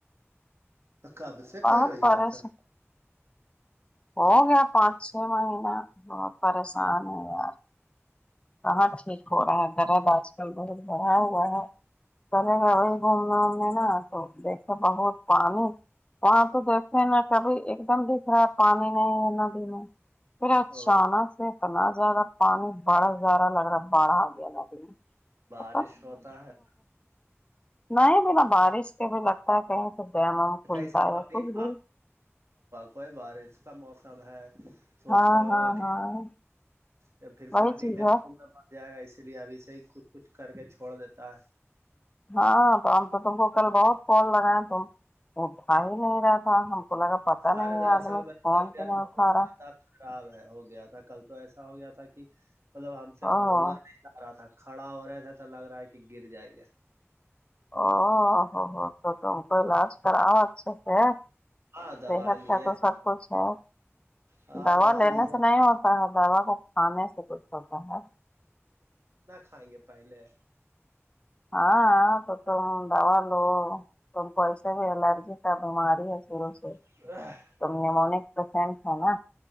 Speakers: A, on the right (about 65°); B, on the left (about 25°).
A: اقاب سے
B: بہت
A: کر رہی
B: برس
A: ہو ایکسر
B: ہو گیا پانچ چھ مہینہ بہت پریشان ہے یار کہاں ٹھیک ہو رہا ہے درد آج کل بہت بڑا ہوا ہے کرے کا وہی گھومنے <unintelligible> تو دیکھے بہت پانی تو دیکھتے ہیں نا کابھی ایک دم دکھ رہا ہے پانی نہیں نا دن پھر اچاناک
A: او
B: اتنا زیادہ پانی بڑا زارا لگ رہا ہے باڑھا آ گیا دن
A: بارش
B: <unintelligible>
A: ہوتا ہے
B: نہیں بنا بارش کے بھی لگتا ہے کہیں تو ڈیم وم کھلتا
A: کہیں سے
B: ہے
A: پانی
B: کچھ
A: آ
B: بھی
A: کوئی بارش کا موسم ہے سوچتا
B: ہاں
A: ہوگا
B: ہاں
A: کہ
B: ہاں
A: یا پھر
B: وہی
A: پانی
B: چیز
A: ڈیم
B: ہے
A: کو میں جائے گا اس لیے ابھی سے ہی کچھ کچھ کر کے چھوڑ دیتا ہے
B: ہاں تو ہم تو تم کو کل بہت فون لگائے تم اٹھا ہی نہیں رہا تھا ہم کا پتا
A: ارے
B: نہیں
A: دراصل
B: ہے آدمی
A: میری
B: فون
A: طبیعت
B: کیوں نہیں اٹھارا
A: بہت زیادہ خراب ہو گیا تھا کل تو ایسا ہو گیا تھا کہ مطلب ہم سے
B: او
A: بولا نہیں تھا رہا تھا کھڑا ہو رہے تھے تو لگ رہا ہے کہ گر جائیں گے
B: ا ہو ہو تو تو ہم کوعلاج کریا اچھے سے ہے
A: ہاں دوا
B: صحت
A: لیے
B: کا تو سب کچھ ہے
A: ہاں
B: دوا لینے
A: لیے
B: سے نہیں ہوتا ہے دوا کو کھانے سے کچھ ہوتا ہے
A: کھاگے پائیلے
B: ہاں تم دوا لو تم کوسے بھی الرجی کا بیماری ہے شروع سے
A: <inaudible>
B: نیمونک پیشنٹ ہے نا